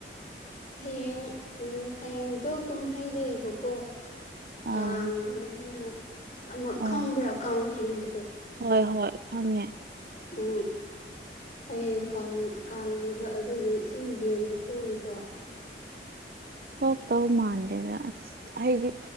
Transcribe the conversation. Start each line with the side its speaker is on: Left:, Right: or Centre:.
Left: ꯍꯌꯦꯡ ꯎ ꯍꯌꯦꯡꯗꯣ ꯀꯨꯝꯍꯩ ꯂꯩꯦꯕꯀꯣ ꯀꯥꯡ
Right: ꯑꯥ
Left: ꯍꯥꯏꯅ ꯑꯃ
Right: ꯑꯣ
Left: ꯈꯪꯕ꯭ꯔꯥ ꯀꯥꯎꯟꯇꯤꯡꯕꯗꯣ
Right: ꯍꯣꯏ ꯍꯣꯏ ꯈꯪꯉꯦ
Left: ꯎꯝ ꯍꯌꯦꯡ ꯀꯥꯡ ꯀꯥꯡꯅꯦꯕ ꯑꯗꯨꯗꯣ ꯁꯨꯝ ꯌꯦꯡꯕ ꯊꯣꯛꯑꯣꯏꯗ꯭ꯔꯣ
Right: ꯍ ꯇꯧ ꯃꯥꯟꯗꯦꯗ ꯑꯁ ꯍꯥꯏꯗꯤ